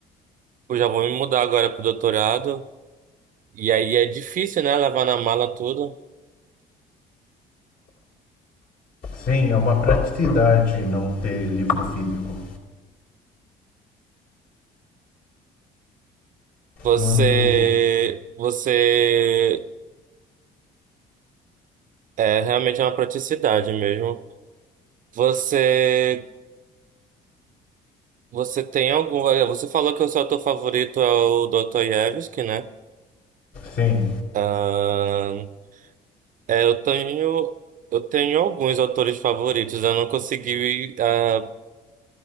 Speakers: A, on the right; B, on the left.
A: Eu já vou me mudar agora pro doutorado. E aí é difícil, né? Levar na mala tudo.
B: Sim, é uma praticidade não ter livro físico.
A: Você,
B: Mando.
A: você é realmente é uma praticidade mesmo. Você, você tem algum? Você falou que o seu autor favorito é o Dr. Yevsky, né?
B: Sim.
A: Ahn, é, eu tenho, eu tenho alguns autores favoritos. Eu não consegui ah,